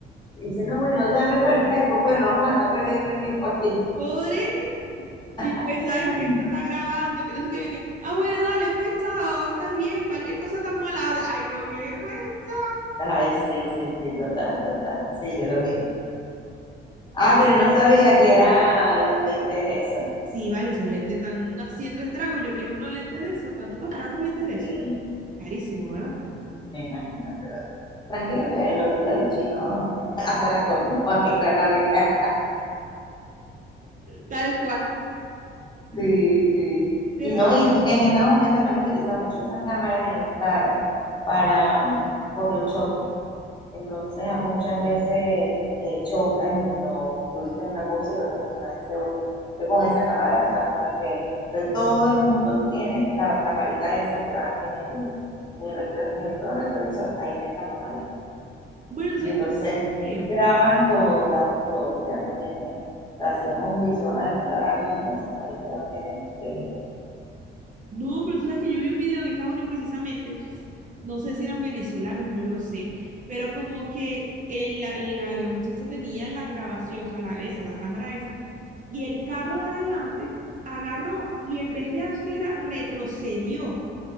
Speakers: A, on the left (about 20°); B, on the right (about 40°).
A: dice, no, bueno, dame para el fresco, pues no vamos a estar perdiendo el tiempo aquí.
B: <laughs> Pobre. Y pues,
A: <laughs>
B: sabes que esto está grabando, que no sé qué. y que, ah, bueno, dale, pues chao, estás bien, cualquier cosa estamos a la hora. Ay, no, qué vergüenza.
A: Ay, sí, sí, sí, total, total. Sí, yo lo vi. Ah, pero no sabía que eran los lentes esos.
B: Sí, vale, esos lentes están haciendo estragos. Yo quiero unos lentes de esos. ¿Cuánto costarán unos lentes de
A: Sí,
B: esos? Carísimos, ¿verdad?
A: me imagino, pero tranquilo que lo- ahorita los chinos <laughs> hacen las cosas más económicas.
B: Tal cual.
A: Sí, sí.
B: Pero,
A: Y no, y en Estados Unidos también utilizan mucho esas cámaras en los carros para, mm, por los choques. Entonces, a muchas veces eh, chocas y no, tú dices una cosa y la otra persona dice otra. Entonces, con esa cámara, ¿sabes? No hay pena. Pero todo el mundo tiene la camarita esa que va en el, en el, respe- en el espejo retrovisor. Ahí tienes la camarita.
B: bueno, sabes
A: Y entonces
B: que no creo
A: graban todo, graban todo, ya no tiene. O sea, si vas a un juicio, vas a demandar a alguien con esa camarita, ya no tiene teléfono.
B: No, pero tú sabes que yo vi un video en Estados Unidos precisamente, no sé si eran venezolanos, no lo sé, pero como que el- la, la- la muchacha tenía la grabación, o sea, la, esa, la cámara esa, y el carro de adelante agarró y en vez de acelerar, retrocedió.